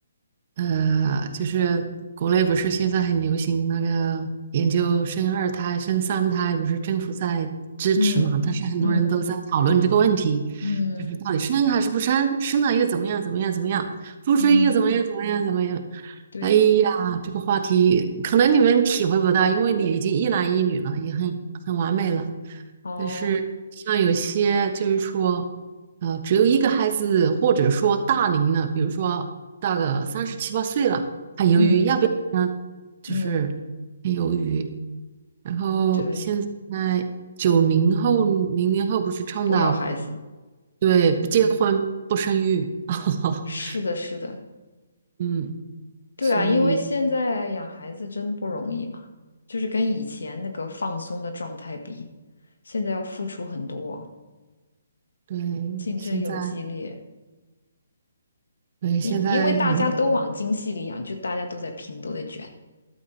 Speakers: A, on the right (about 45°); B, on the left (about 75°).
A: 呃，就是国内不是现在很流行那个研究生二胎、生三胎，不是政府在支持嘛？
B: 嗯嗯
A: 但是很多人都在讨论这个问题，
B: 嗯。
A: 就是到底生还是不生？生了又怎么样？怎么样？怎么样？不生又怎么样？
B: 嗯，
A: 怎么样？怎么样？
B: 对，
A: 哎呀，这个话题可能你们体会不到，因为你已经一男一女了，也很很完美了。
B: 哦，
A: 但是像有些就是说，呃，只有一个孩子，或者说大龄了，比如说大个三十七八岁了，还犹豫要不要呢，
B: 嗯
A: 就是
B: 嗯，
A: 很犹豫。然后现在九零后、
B: 对，
A: 零零后不是倡导
B: 我要孩子，
A: 对不结婚不生育，<laughs>
B: 是的，是的，
A: 嗯，
B: 对啊，
A: 所以
B: 因为现在养孩子真的不容易嘛，就是跟以前那个放松的状态比，现在要付出很多，
A: 对现在
B: 竞争又激烈，
A: 对现在嗯
B: 因因为大家都往精细里养，就大家都在拼，都在卷，